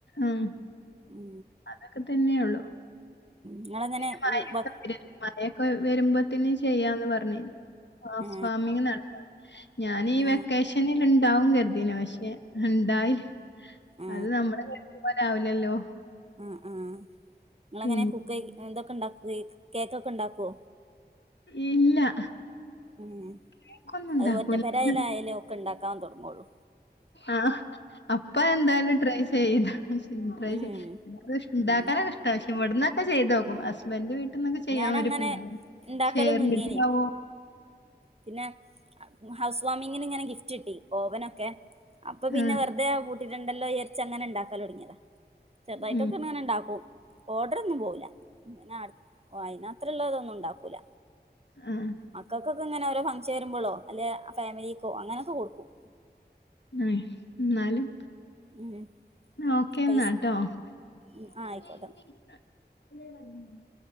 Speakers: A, on the left (about 80°); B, on the right (about 35°).
A: ആഹ്
B: ഏ
A: അതൊക്കെ തന്നെ ഒള്ളൂ
B: നിങ്ങളെങ്ങനെ
A: പിന്നെ <unintelligible>
B: ബ
A: മഴയൊക്കെ വരുമ്പത്ത്ന് ചെയ്യാന്ന് പർഞ്ഞ് രുന്നു ഹൗസ്
B: ഏ
A: വാമിങ് നട ത്താം ഞാനീ
B: ആ ആ
A: വെക്കേഷനില്ണ്ടാവും കര്തീനി പക്ഷെ ഇണ്ടായില്ല
B: ആ
A: അത് നമ്മള് കര്തിയ പോലാവൂലല്ലോ
B: ആഹ് ആഹ് ങ്ങളെങ്ങനെ
A: പിന്നെ
B: കുക്ക് ഇതൊക്കെ ണ്ടാക്കോ കേക്കൊക്കെ ണ്ടാക്കോ
A: ഇല്ല
B: ഉം.
A: കേക്കൊന്നും ഉണ്ടാക്കൂല.
B: അത് ഒറ്റപെരെയെലായാലെ ഒക്കെ ഉണ്ടാക്കാൻ തുടങ്ങോളൂ.
A: ആഹ്. അപ്പ എന്തായാലും ട്രൈ ചെയ്ത ട്രൈ
B: ഉം
A: ചെയ ണ്ടാക്കാനൊക്കെഷ്ട്ടാ. പക്ഷെ വെട്ന്നൊക്കെ ചെയ്തോക്കും. ഹസ്ബൻഡ്ന്റെ വീട്ട്ന്നൊക്കെ ചെയ്യാൻ
B: ഞാനങ്ങനെ
A: ഒര പേ
B: ഇണ്ടാക്കലൊന്നും
A: ശേർട്ട
B: ഇല്ലേനി
A: ആവോ-
B: പിന്നെ ഹൗസ് വാമിങ്ങിന് ഇങ്ങനെ ഗിഫ്റ്റ് കിട്ടി ഓവനൊക്കെ- അപ്പൊ പിന്നെ
A: ആഹ്
B: വെറുതെ വീട്ടിലുണ്ടല്ലോ വിചാരിച്ച് അങ്ങനെ ഉണ്ടാക്കാല് തൊടങ്ങിയതാ- ചെറുതായിട്ടൊക്കെ
A: ഉം
B: ഇങ്ങനെ ഉണ്ടാക്കും ഓർഡർ ഒന്നും പോയില്ല ഇങ്ങനെ അ ഓഹ് അയിന് മാത്ര ഉള്ളതൊന്നും ഉണ്ടാക്കൂല.
A: ആഹ്.
B: മക്കൾക്കൊക്കെ ഇങ്ങനെഓരോ ഫംഗങ്ൻ വരുമ്പോഴോ അല്ലെ ആ ഫാമിലിക്കോ അങ്ങനൊക്കെ കൊടുക്കും.
A: അഹ് എന്നാലും
B: ഉം
A: ഓക്കേ എന്നാട്ടോ-
B: പൈസ
A: <inaudible>
B: ഉം ആഹ് ആയിക്കോട്ടെ